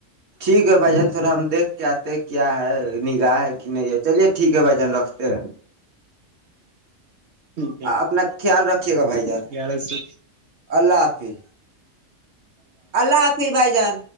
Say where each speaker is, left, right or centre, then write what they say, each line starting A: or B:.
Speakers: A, on the right; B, on the right.
A: ٹھیک ہے بھائی جن تھوورا ہم دیک کے آتے کیا ہے نگاہ ہے کہ نہیں ہے چلیے ٹھیک ہے بھائی جان رکھتے
B: ٹھیک ہے
A: اپنا خیال رکھ ٹھیے گا بھائی جار
B: گیارہ سو
A: اللہفی اللہ حافظ بھائی جان